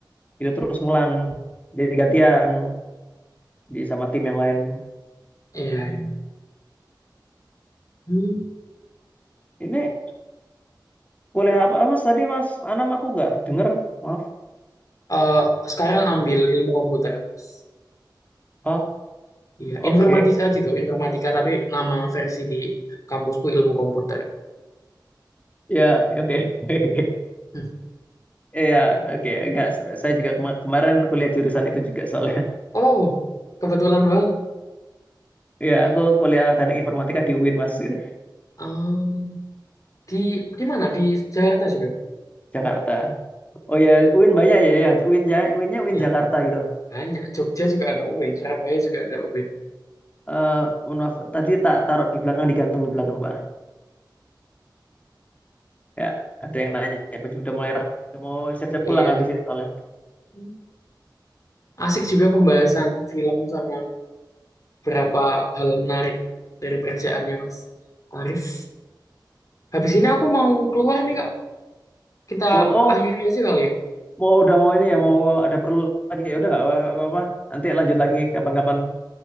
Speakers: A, on the left; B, on the left.
A: itu terus ngulang jadi gantian di sama tim yang lain
B: Iya, iya. Hmm.
A: ini kuliah apa mas tadi mas Anam aku nggak denger maaf
B: Eh, sekarang ambil ilmu komputer. Mas.
A: oh
B: Iya,
A: oke
B: informatika gitu, informatika tapi nama versi di kampusku ilmu komputer.
A: ya ya, oke <laughs>
B: Hmm.
A: Iya, oke. Enggak, saya juga kema- kemarin kuliah jurusan itu juga soalnya.
B: Oh, kebetulan banget.
A: Ya, aku kuliah teknik informatika di UIN Mas, gitu,
B: Eh, di di mana? Di Jakarta juga.
A: Jakarta. Oh ya, UIN banyak ya, ya. UIN ja, UINnya
B: Iya,
A: UIN Jakarta gitu.
B: banyak. Jogja juga ada UIN, Surabaya juga ada UIN.
A: Eh, mohon maaf, tadi tak taruh di belakang, digantung di belakang, Pak. Ya, ada yang nanya, ya, udah mulai ramai Udah mau siap-siap
B: Iya.
A: pulang habis ini soalnya.
B: Hmm. Asik juga pembahasan film sama beberapa hal menarik dari pekerjaannya Mas Arif. Habis ini aku mau keluar nih, Kak. Kita
A: Mau, oh,
B: akhiri aja kali ya.
A: mau udah mau ini ya, mau ada perlu lagi ya, udah nggak apa-apa. Nanti lanjut lagi kapan-kapan.